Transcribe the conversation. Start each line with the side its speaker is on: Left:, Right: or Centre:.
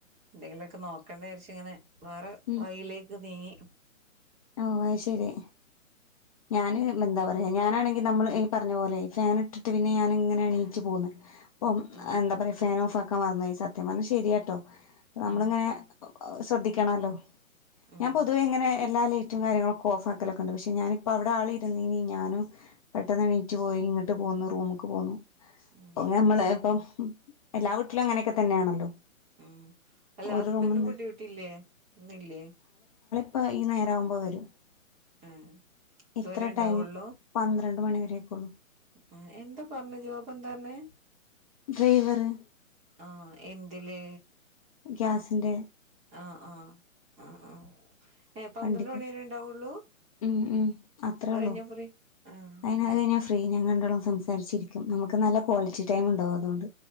Right: എന്തെങ്കിലൊക്കെ നോക്കണ്ടേ വിരിച്ചിങ്ങനെ വേറെ
Left: ഉം
Right: വഴയിലേക്ക് നീങ്ങി
Left: ഓ അയ് ശരി ഞാന് മ്മ് എന്താ പറയാ ഞാനാണെ നമ്മള് ഈ പറഞ്ഞ പോലെ ഫാൻ ഇട്ടിട്ട് പിന്നെ ഞാൻ ഇങ്ങനെയെണീച്ച് പോന്ന് ഇപ്പം
Right: ഉം
Left: എന്താ പറയ ഫാൻ ഓഫ് ആക്കാൻ മറന്നുപോയി സത്യം പറഞ്ഞാ ശരിയാട്ടോ നമ്മളിങ്ങനെ
Right: ഉം
Left: ശ്രദ്ധിക്കണോല്ലോ
Right: ഉം
Left: ഞാൻ പൊതുവെ ഇങ്ങനെ എല്ലാ ലൈ റ്റും കാര്യങ്ങളൊക്കെ ഓഫാക്കലൊക്കെണ്ട് പക്ഷെ ഞാനിപ്പോ അവിടെ ആള് ഇരുന്നീനി ഞാനും പെട്ടെന്ന് എണീറ്റ് പോയി ഇങ്ങട്ട് പോ ന്നു റൂമക്ക്‌ പോന്നു
Right: ഉം
Left: അപ്പ ഞമ്മള് ഇപ്പം എല്ലാ വീട്ടിലും അങ്ങനെയൊക്കെ തന്നെയാണല്ലോ
Right: ഉം അല്ല
Left: ഒരു
Right: ഹസ്ബന്റിന്
Left: റൂമിന്ന്
Right: ഇപ്പം ഡ്യൂട്ടിയില്ലേ ഇന്നില്ലേ
Left: പ്പ ഈ നേരാവുമ്പോ വരും
Right: ആഹ് ഇതുവരെ
Left: ഇത്ര
Right: ഉണ്ടാവുള്ളൂ
Left: ടൈം പന്ത്ര രണ്ട് മണിവരേക്കോള്ളു
Right: ആ എന്താ പറഞ്ഞ ജോബ് എന്താ പറഞ്ഞേ
Left: ഡ്രൈവറ്
Right: ആ എന്തില്
Left: ഗ്യാസിൻ്റെ
Right: ആ ആഹ് ആഹ് ആഹ് ഏ പന്ത്രണ്ട്
Left: വണ്ടിയില്
Right: മണി വരെ ഉണ്ടാവുള്ളൂ
Left: ഉം- ഉം അത്രേ
Right: അത്
Left: ഉള്ളൂ
Right: കഴിഞ്ഞാ ഫ്രീ ആഹ്
Left: അതിന അത് കഴിഞ്ഞ ഫ്രീ ഞാൻ കണ്ടോളം സംസാരിച്ചിരിക്കും നമുക്ക് നല്ല ക്വാളിറ്റി ടൈം ഉണ്ടാവും അതുകൊണ്ട്